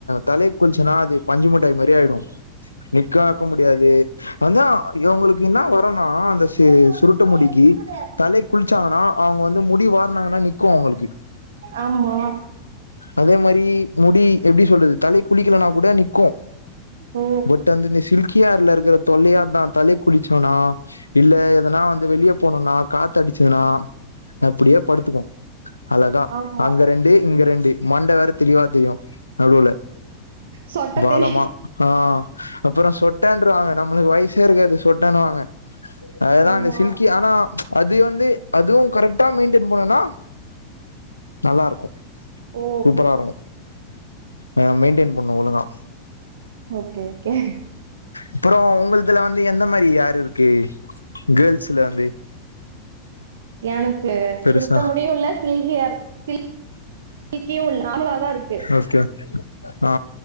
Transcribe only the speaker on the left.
தலைக் குளிச்சுன்னா அது பஞ்சு முட்டாய் மாரி ஆயிடு நிக்காக்க முடியாது அதா இவுங்களுக்கு என்னா வரனா
அந்த சே
சுருட்ட முடிக்கி தலைக் குளிச்சாங்கன்னா அவுங்க வந்து முடி வார்னாங்கன்னா நிக்கு அவுங்களுக்கு
அதே மாரி முடி எப்டி சொல்றது தலைக் குளிக்கலனா கூட நிக்கு
ந்துட்டு சில்கிஹேர்ல இருக்கிற தொல்லையே அதா தலைக்குளிச்சோனா இல்ல எதனா வந்து வெளிய போனுனா கா த்தடிச்சுதுனா அப்டியே படுத்துக்கு அழகா
அங்க ரெண்டு இங்க ரெண்டு மண்ட வேற தெளிவா தெரியு நடுவுல
பாலமா
ஆ அப்றோ சொட்டன்றுவாங்க நம்மளுக்கு வயசே இருக்காது சொட்டன்னுவாங்க அதுதான்
இந்த சில்கி ஆனா அது வந்து அதுவும் கரெக்டா மெயின்டெய்ன் பண்ணனா நல்லா இருக்கு
சூப்பரா இருக்கு ம் மெயின்டெயின் பண்ணு ஒழுங்கா
அப்றோ உங்கள்துல வந்து எந்த மாரி ஹேர் இருக்கு கேர்ள்ஸ்ல வந்து
பெருசா
ஓகே ஆ ஆ